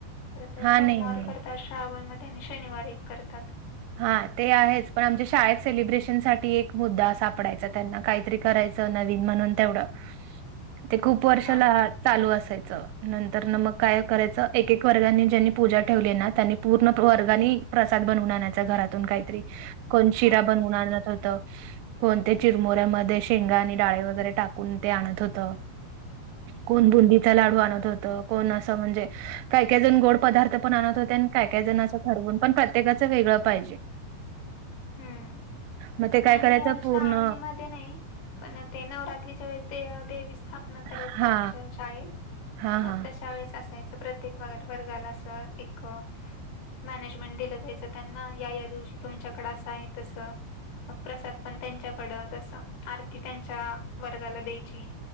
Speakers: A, on the left; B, on the right.
A: परत
B: हां,
A: सोमवार
B: नाही, नाही.
A: करतात श्रावण मध्ये आणि शनिवार एक करतात.
B: हा ते आहेच पण आमच्या शाळेत सेलिब्रेशन साठी एक मुद्दा सापडायचा त्यांना काहीतरी करायच नवीन म्हणून तेवढं ते खूप वर्षाला
A: हा हा
B: चालू असायचं. नंतर न मग काय करायचं एकक वर्गानी ज्यांनी पूजा ठेवली आहे ना त्यांनी पूर्ण वर्गानी प्रसाद बनवून आणायचा घरातून काहीतरी कोण शिरा
A: हा
B: बनवून आणत होतं, कोण ते चिरमुऱ्यामध्ये शेंगा आणि डाळे वगैरे टाकून ते आणत होत.
A: हम्म
B: कोण बुंदीचा
A: हम्म
B: लाडू आणत होत कोण असं म्हणजे काय काय जण गोड पदार्थ पण आणत होते अन काय काय जण असं ठरवून पण प्रत्येकाच वेगळं पाहिजे.
A: ह,
B: मग ते काय
A: आम्ही
B: करायचं पूर्ण
A: श्रावणे मध्ये नाही पण ते नवरात्रीच्या वेळेस देवा-देवी स्थापना करायच्या
B: हा
A: आमच्या शाळेत.
B: हा
A: मग
B: हा
A: ते त्या वेळेस असायच प्रत्येक व-वर्गाला अस एक मॅनेजमेंट दिलं जायचं त्यांना या या दिवशी तुमच्याकडे असं आहे तसं. मग प्रसाद पण त्यांच्याकडं असं आरती त्यांच्या वर्गाला द्यायची.